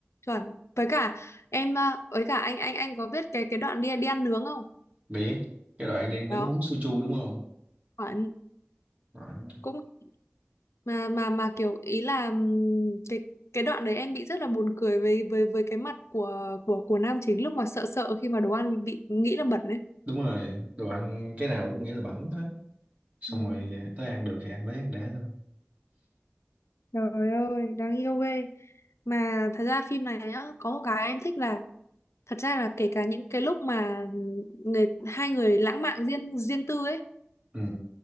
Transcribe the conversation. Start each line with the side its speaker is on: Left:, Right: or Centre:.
Left: chuẩn với cả em uh, với cả anh anh anh có biết cái cái đoạn đi đi ăn nướng không
Right: biết cái đoạn đi ăn nướng
Left: đó
Right: uống soju đúng không
Left: chuẩn.
Right: Đó.
Left: cũng mà mà mà kiểu ý là ừm, cái cái đoạn đấy em bị rất là buồn cười với với với cái mặt của của của nam chính lúc mà sợ sợ khi mà đồ ăn bị, bị nghĩ là bẩn đấy
Right: đúng rồi đồ ăn cái nào cũng nghĩ là bẩn hết xong
Left: ừ.
Right: rồi tới ăn được thì ăn lấy ăn để luôn
Left: Trời ơi, đáng yêu ghê. mà thật ra phim này nhá có một cái em thích là thật ra là kể cả những cái lúc mà người hai người lãng mạn riêng riêng tư ấy
Right: ừ